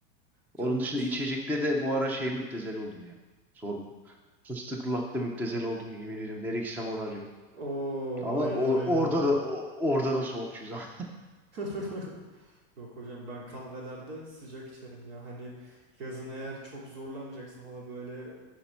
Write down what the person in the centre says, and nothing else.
Onun dışında
içecekte de bu ara şey müptezel oldum ya. Sorma. Fıstıklı latte müptezel oldum yemin ediyorum. Nereye gitsem onu arıyorum.
Ama
or-
orada da o- orada da soğukçuyuz. <laughs> ama.